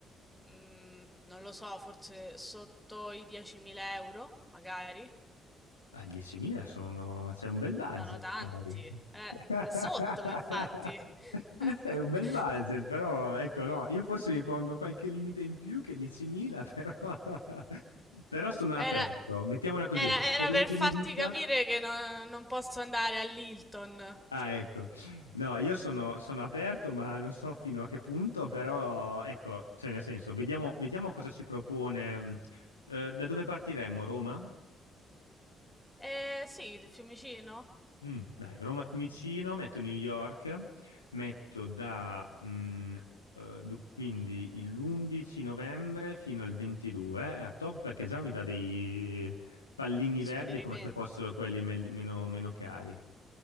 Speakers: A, in the centre; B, on the left (about 85°).
A: mm, non lo so, forse sotto i 10.000 euro, magari.
B: Ah, 10.000 sono... C'è un bel budget,
A: Sono tanti.
B: dai.
A: Eh,
B: <laughs>
A: sotto, infatti. <laughs>
B: Sei un bel budget, però ecco, no, io forse mi pongo qualche limite in più che 10.000, però, <laughs> però sono
A: Era,
B: aperto. Mettiamola così,
A: era-
B: è un'esperienza
A: era per farti
B: di vita.
A: capire che no- non posso andare all'Hilton.
B: Ah, ecco. No, io sono, sono aperto, ma non so fino a che punto, però ecco, cioè nel senso, vediamo, vediamo cosa ci propone. mh, eh, da dove partiremmo? Roma?
A: Eh sì, di Fiumicino?
B: Mm, dai, Roma Fiumicino, metto New York, metto da mh, eh, du- quindi l'11 novembre fino al 22, eh, a top perché già mi dà dei pallini
A: Dei
B: verdi
A: suggerimenti.
B: come se fossero quelli me- meno meno cari.